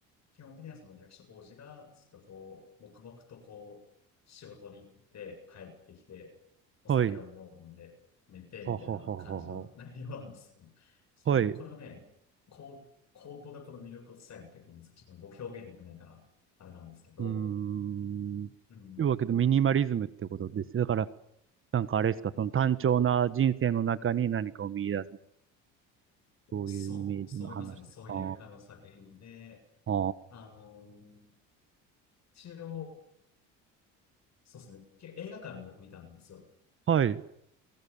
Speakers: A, on the left; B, on the right.
A: 基本的にはその役所当時がずっとこう、黙々とこう、仕事に行って帰ってきて、お酒を飲んで寝てみたいな感じの内容なんですよ。
B: はい。ははははは。
A: ちょっとね、
B: はい。
A: これはね、
B: う
A: こう、口頭でこの魅力を伝えていくんですけど、ちょっと僕表現力ないから、あれなんですけど、
B: ーん。
A: うん。
B: というわけでミニマリズムってことですよ。だから、なんかあれですか、その単調な人生の中に何かを見出す。そういうイメージの話です。
A: そう、そういう、まさにそういう感じの作品で、
B: ああ。ああ、
A: あのー一応、そうですね、け映画館で僕見たんですよ。
B: はい、